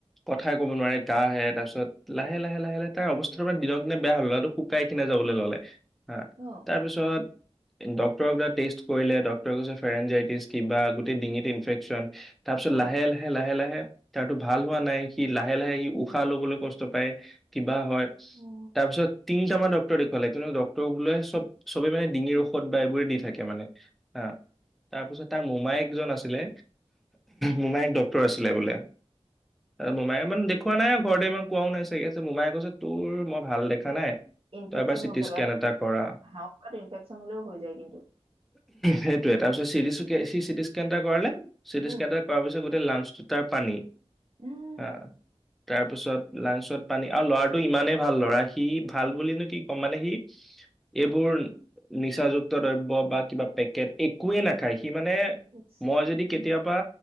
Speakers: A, in the centre; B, on the right.
A: কথা ঠাই কব নোৱাৰে কাহঁ আহে তাৰপিছত লাহে লাহে লাহে লাহে তাৰ অৱস্থাটো মানে দিনক দিনে বেয়া হল লৰাটো শুকাই সিনাই যাবলে ল'লে। হা
B: অ
A: তাৰপিছত ডক্তৰে বোলে টেষ্ট কৰিলে ডাক্তৰে কৈছে ফেনজাইটিজ কিবা গোটেই ডিঙিত ইনফ্ৰেকচন। তাৰপিছত
B: উম
A: লাহে লাহে লাহে লাহে তাৰতো ভাল হোৱা নাই সি লাহে লাহে সি উশাহ ল'বলৈ কষ্ট পায় কিবা হয়,
B: অ
A: তাৰপিছত তিনটা মান ডক্তৰ দেখুৱালে কিন্তু ডক্তৰ ত বোলে চব চবে মানে ডিঙিৰ ঔষধ বা এইবোৰে দি থাকে মানে। হা তাৰপিছত তাৰ মোমাইক জন আছি ছিলে। মোমাইক ডক্তৰ আছিলে বোলে। মোমাই ইমান দেখুুৱা নাই ঘৰতে ইমান কোৱাও নাই চাগে যে মোমাইকে কৈছে তোৰ মই ভাল দেখা নাই
B: ইনফেকচন
A: তই এবাৰ চিটি
B: হ'ল
A: ইস্কেন
B: চাগৈ
A: এটা কৰা।
B: হাওফাওত ইনফেকচন হ'লেও হৈ যায় কিন্তু।
A: সেইটোৱেই, তাৰপিছত চিটি ইস্কেন- তাকে সি চিটি ইস্কেন এটা কৰালে চিটি
B: উম,
A: ইস্কেন এটা কৰাৰ পিছত গোট লাংচটো তাৰ পানী
B: উম
A: হা তাৰপিছত লাঞ্চত পানী আৰু ল'ৰাটো ইমানেই ভাল ল'ৰা সি ভাল বুলিনো কি ক'ম মানে সি এইবোৰ নিচাযুক্ত দ্ৰব্য বা কিবা পেকেট একোৱে নাখায় সি সি মানে
B: উম,
A: মই যদি কেতিয়াবা